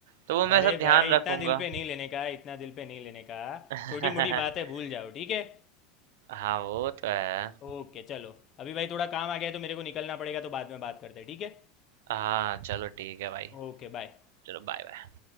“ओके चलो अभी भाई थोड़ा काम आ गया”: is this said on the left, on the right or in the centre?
Left